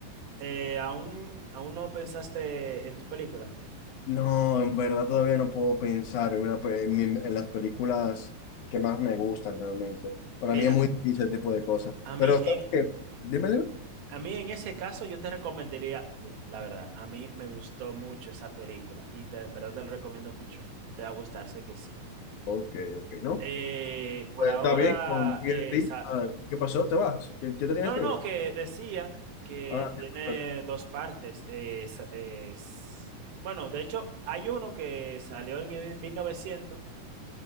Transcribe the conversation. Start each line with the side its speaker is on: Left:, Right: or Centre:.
Right: eh, ¿aún, aún no pensaste en tu película?
Left: No, en verdad todavía no puedo pensar en, una, pe- en, mi- en las películas que más me gustan realmente. Para
Right: Mira,
Left: mí es muy difícil ese tipo de cosas.
Right: a mí
Left: Pero, ¿sabes
Right: en,
Left: qué? Dime, dime.
Right: A mí en ese caso yo te recomendaría Doom, la verdad. A mí me gustó mucho esa película y te- en verdad te lo recomiendo mucho. Te va a gustar, sé que sí.
Left: Ok, ok, ¿no?
Right: Eh, por
Left: Pues
Right: ahora,
Left: está bien, confío
Right: eh,
Left: en ti.
Right: sa-
Left: Ah, ¿Qué pasó? ¿Te vas? ¿Ya ya te tienes
Right: no,
Left: que
Right: no, no,
Left: ir?
Right: que decía que
Left: Ah,
Right: tiene
Left: qué cosa.
Right: dos partes. eh, sa- eh, s- bueno, de hecho, hay uno que salió en el 1900,